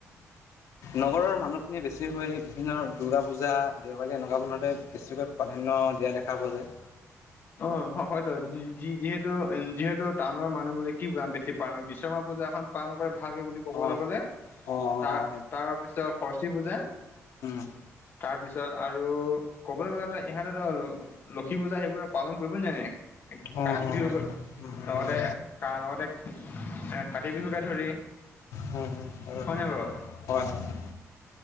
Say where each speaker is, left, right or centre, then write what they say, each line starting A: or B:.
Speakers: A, on the left; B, on the left.
A: নগৰৰ মানুহখিনি বেছিকৈ বিভিন্ন দুৰ্গা পূজা দেৱালী এনেকুৱাবোৰতহে বেছিকৈ প্ৰাধান্য দিয়া দেখা পোৱা যায়।
B: অ', হয়-হয়তো যিহেতু উম, যিহেতু টাউনৰ মানুহবোৰে কি <unintelligible> বেছি পালন বিশ্বকৰ্মা পূজাখন পালন কৰে ভালকে বুলি ক'বলৈ
A: অ',
B: গ'লে
A: অ', অ',
B: তাৰ,
A: সেইটো
B: তাৰ পিছত সৰস্বতী পূজা
A: উম,
B: তাৰপিছত আৰু ক'বলৈ গ'লেতো ইহঁতেতো ল-ল-লক্ষী পূজা সেইবোৰ পালন কৰিবই নাজানে,
A: অ',
B: কাতি
A: অ'।
B: বিহু লগতে কা লগতে এ, কাতি বিহুকে ধৰি
A: উম, হম, হয়
B: হয়নে বাৰু?
A: বাৰু হয় হয়,